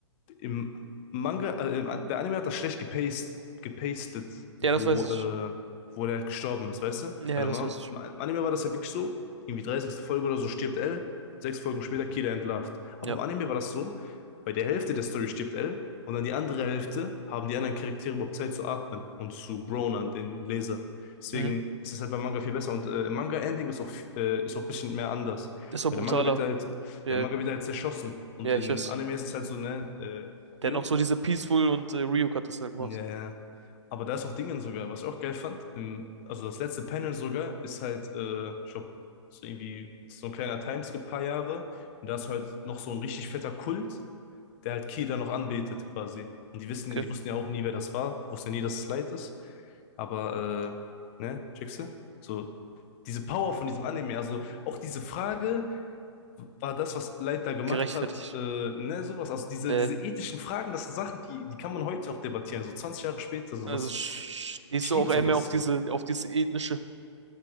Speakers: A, on the left (about 25°); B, on the right (about 75°).
A: im Manga, äh, der Anime hat das schlecht gepaced, gepastet, wo,
B: Ja, das weiß ich.
A: äh, wo der halt gestorben ist, weißt du?
B: Ja,
A: Weil im,
B: das
A: Man
B: weiß ich.
A: im Anime war das ja wirklich so, irgendwie 30. Folge oder so stirbt L, sechs Folgen später Kira entlarvt. Aber
B: Ja.
A: im Anime war das so, bei der Hälfte der Story stirbt L und dann die andere Hälfte haben die anderen Charaktere überhaupt Zeit zu atmen und zu grown an den Leser. Deswegen
B: Mhm.
A: ist es halt beim Manga viel besser und äh, im Manga-Ending ist auch, äh, ist auch ein bisschen mehr anders.
B: Ist doch
A: Weil
B: brutaler.
A: der Manga wird halt
B: Ja,
A: äh, Manga wird halt zerschossen. Und
B: ja,
A: in
B: ich weiß.
A: Anime ist es halt so, ne, äh,
B: Der hat
A: Ryuk.
B: noch so diese Peaceful und äh, Ryuk hat das ja gemacht.
A: Ja, ja. Aber da ist auch Dingen sogar, was ich auch geil fand. Im, also das letzte Panel sogar ist halt, äh, ich glaub, so irgendwie so ein kleiner Timeskip, paar Jahre. Und da ist halt noch so ein richtig fetter Kult, der halt Kira noch anbetet quasi. Und die wissen,
B: Okay.
A: die wussten ja auch nie, wer das war. Die wussten ja nie, dass es Light ist. Aber, äh, ne, checkst du? So, diese Power von diesem Anime, also auch diese Frage, war das, was Leiter gemacht
B: Gerechtfertigt.
A: hat, äh, ne, sowas. Also diese,
B: Äh,
A: diese ethischen Fragen, das sind Sachen, die, die kann man heute noch debattieren, so 20 Jahre später. So
B: also
A: das,
B: sch- stehst
A: ich
B: du
A: liebe
B: auch eher
A: sowas
B: mehr auf diese,
A: so.
B: auf diese ethnische,